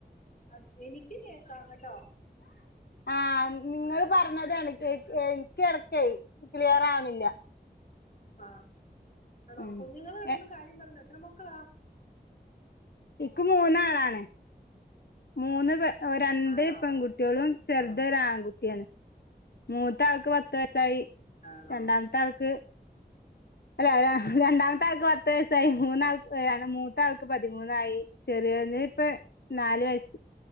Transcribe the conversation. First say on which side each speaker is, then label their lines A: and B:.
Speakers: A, on the left; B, on the left.
A: അത് എനിക്ക് കേക്കാ കെട്ടോ
B: ആ നി നിങ്ങള് പറഞ്ഞത് എനിക്ക് എനിക്കെട്ക്കെയ് ക്ലിയർ ആവണില്ല
A: ആ ആണോ
B: ഉം
A: കുഞ്ഞുങ്ങൾ കെടന്ന്
B: എ
A: കര്യം പറഞ്ഞ് എത്ര മക്കളാ
B: ഇക്ക് മൂന്നാളാണ് മൂന്ന് പെ രണ്ട്
A: ആണോ
B: പെൺകുട്ടികളും ചെറുത്
A: ആ
B: ഒരു ആൺകുട്ടിയാണ് മൂത്തെ ആൾക്ക് പത്ത് വയസായി
A: ആണോ
B: രണ്ടാമത്തെ ആൾക്ക് അല്ല
A: ആ
B: രണ്ടാമത്തെ ആൾക്ക് പത്ത വയസായി മൂന്നാൾക്ക് ആ അല്ല മൂത്താൾക്ക് പതിമൂന്നായി ചെറിയോന് ഇപ്പ നാല് വയസ്സ്